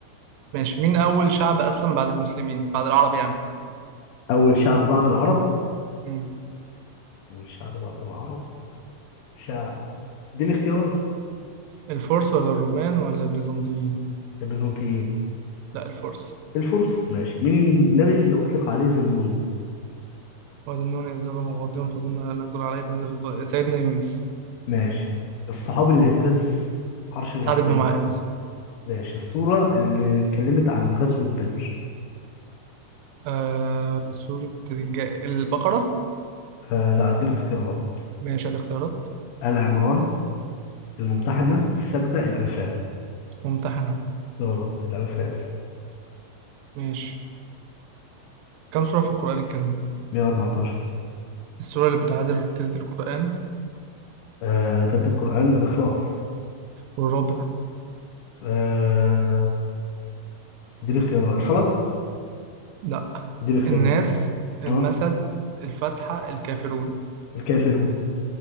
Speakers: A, on the right (about 80°); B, on the left (about 80°).
A: ماشي مين أول شعب أسلم بعد المسلمين بعد العرب يعني
B: أول شعب بعد العرب
A: مم.
B: والشعب بعد العرب شعب دي الاختيارات
A: الفرس ولا الرومان ولا البيزنطيين
B: البيزنطيين
A: لا الفرس
B: الفرس ماشي مين النبي اللي أطلق عليه ذنون
A: وهذا النون إذ ذهب مغاضبا فظن أن لا نقدر عليه فنادى في الظل- سيدنا يونس
B: ماشي الصحابي اللي اهتز عرش الرحمن
A: سعد بن معاذ
B: لما- ماشي السورة اللي اتكلمت عن غزوة بدر
A: آه سورة الج- البقرة
B: آه لا هديك اختيارات
A: ماشي هات اختيارات
B: آل عمران الممتحنة
A: مم.
B: السجدة الأنفال
A: ممتحنة
B: غلط الأنفال
A: ماشي كم سورة في القرآن الكريم
B: 114
A: السورة اللي بتعادل تلت القرآن
B: آه تلت القرآن الإخلاص
A: والربع
B: آه دي الاختيارات الفلق
A: لا
B: دي الاختيارات
A: الناس المسد
B: اه
A: الفاتحة الكافرون
B: الكافرون